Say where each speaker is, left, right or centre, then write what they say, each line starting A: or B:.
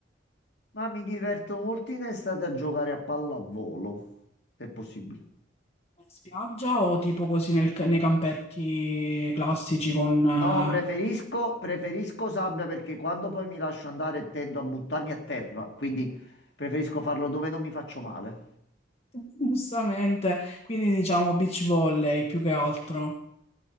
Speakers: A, on the left; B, on the left.
A: Ma mi diverto molto in estate a giocare a pallavolo, se è possibile.
B: spiaggia o tipo così nel- nei campetti classici con... eh,
A: No, preferisco, preferisco sabbia perché quando poi mi lascio andare tendo a buttarmi a terra, quindi preferisco farlo dove non mi faccio male.
B: <laughs> giustamente, quindi diciamo beach volley più che altro.